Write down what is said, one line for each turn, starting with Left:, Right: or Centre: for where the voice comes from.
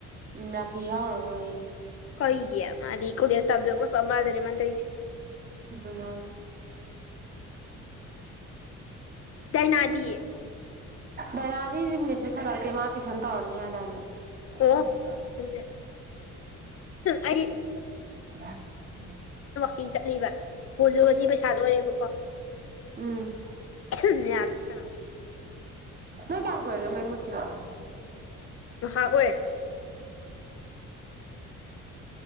Right: ꯔꯈꯤ ꯌꯥꯎꯔꯔꯣꯏꯌꯦ
Left: ꯀꯩꯒꯤ ꯃꯥꯗꯤ ꯀꯣꯂꯦꯁ ꯇꯥꯝꯗꯕꯒ ꯆꯥꯞ ꯃꯥꯟꯅꯔꯦ ꯃꯥꯅ ꯇꯧꯔꯤꯁꯦ
Right: ꯑꯗꯨꯅ
Left: ꯌꯥꯗꯤꯌꯦ <inaudible>
Right: ꯗꯥꯏꯅꯗꯤ ꯃꯦꯁꯦꯖ ꯍꯜꯂꯛꯇ‌ꯦ ꯃꯥ ꯇ꯭ꯌꯨꯁꯟ ꯇꯧꯔꯝꯅꯤ ꯍꯥꯏꯗꯥꯏꯅ‌ꯦ
Left: ꯑꯣ
Right: ꯀ
Left: ꯆꯨꯝꯃꯦ ꯑꯩ
Right: <inaudible>
Left: ꯦꯤꯡ ꯆꯠꯂꯤꯕ ꯐꯣꯟꯁꯨ ꯉꯁꯤ ꯄꯩꯁꯥ ꯂꯣꯏꯔꯦꯕꯀꯣ
Right: ꯎꯝ
Left: ꯎ ꯌꯥꯗ꯭ꯔ‌ꯦ ꯈꯅꯥꯎ <inaudible>
Right: ꯅꯣꯢ ꯀꯌꯥꯝ ꯀꯨꯢꯔꯒꯦ ꯃꯨꯠꯈꯤꯕ
Left: ꯉꯍꯥꯛ ꯑꯣꯏꯔꯦ